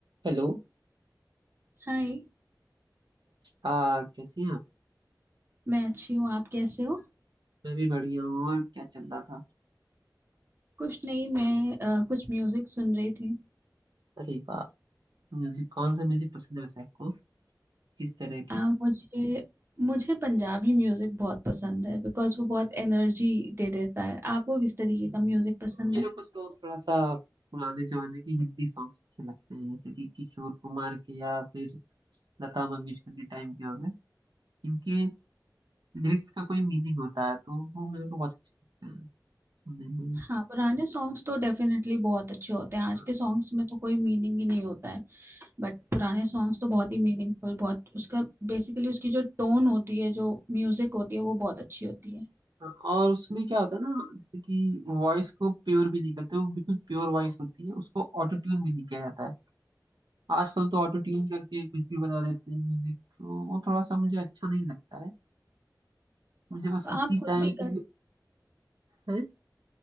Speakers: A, on the right; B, on the right.
A: Hello
B: हाय
A: आ, कैसे हैं आप
B: मैं अच्छी हूँ आप कैसे हो
A: मैं भी बढ़िया हूँ और क्या चल रहा था
B: कुछ नहीं मैं अ, कुछ म्यूजिक सुन रही थी
A: अरे वाह म्यूजिक कौन सा म्यूजिक पसंद है वैसे आपको किस तरह
B: अ,
A: के
B: मुझे मुझे पंजाबी म्यूजिक बहुत पसंद है बिकॉज वो बहुत एनर्जी दे देता है आपको किस तरीके
A: हम्म,
B: का म्यूजिक पसंद
A: मेरे
B: है
A: को तो थोड़ा सा पुराने जमाने के हिंदी सॉन्ग्स अच्छे लगते हैं जैसे कि किशोर कुमार के या फिर लता मंगेशकर के टाइम के हो गए इनके लिरिक्स का कोई मीनिंग होता है तो वो मेरे को बहुत अच्छे लगते हैं सुनने में
B: हाँ पुराने सॉन्ग्स तो डेफिनेटली बहुत अच्छे होते हैं आज
A: हाँ,
B: के सॉन्ग्स में तो कोई मीनिंग ही नहीं होता है बट पुराने सॉन्ग्स तो बहुत ही मीनिंगफुल बहुत उसका बेसिकली उसकी जो टोन होती है जो म्यूजिक होती है वो बहुत अच्छी होती है
A: हाँ, और उसमें क्या होता है ना जैसे कि वॉइस को प्योर भी नहीं करते वो बिल्कुल प्योर वॉइस होती है उसको ऑटो ट्यून भी नहीं किया जाता है आजकल तो ऑटो ट्यून करके कुछ भी बना देते हैं म्यूजिक तो वो थोड़ा सा मुझे अच्छा नहीं लगता है मुझे बस
B: तो
A: उसी
B: आप खुद
A: टाइम
B: भी
A: के
B: गा
A: लिए है